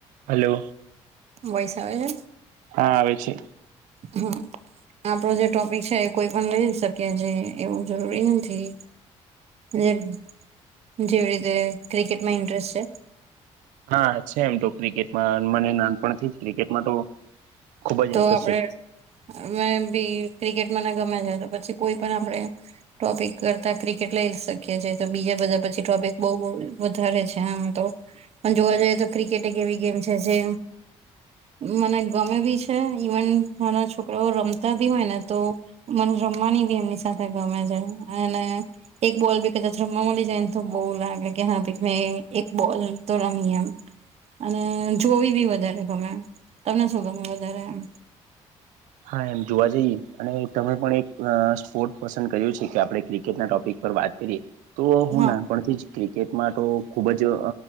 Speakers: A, on the right; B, on the right.
A: Hello
B: વૈશ આવે છે
A: હા આવે છે
B: હમ આપડો જે ટોપિક છે એ કોઈ પણ લઈ શકીએ છે એવું જરૂરી નથી જેવી રીતે ક્રિકેટમાં ઇન્ટરેસ્ટ છે
A: હા છે એમ તો ક્રિકેટમાં મને નાનપ ક્રિકેટમાં તો ખુબ જ
B: તો
A: ઇન્ટરેસ્ટ
B: આપણેે
A: છે
B: અ ભી ક્રિકેટમાંને ગમે છે તો પછી કોઈ પણ આપણેે ટોપિક કરતા ક્રિકેટ લઈ શકીએ છીએ તો બીજા બધા પછી ટોપિક બઉ વધારે છે હા તો પણ જોવા જઈએ તો ક્રિકેટ એક એવી ગેમ છે જે મને ગમે બી છે ઈવન મારા છોકરાઓ રમતા બી હોય ને તો મન રમવાની બી એમની સાથે ગમે છે અને એક બોલ ભી કતાોલી જ તો બો લાગ કે હા ભી મે એક બોલ તો રમીમ અને જોવી બી વધારે ગમે તમને શું ગમે વધારે એમ
A: હા એમ જોવા જઈએ અને તમે પણ એક સ્પોર્ટ પસંદ કર્યું છે કે આપણે ક્રિકેટના ટોપિક પર વાત કરીએ તો હું
B: હા
A: નાનપણથી જ ક્રિકેટમાં તો ખૂબ જ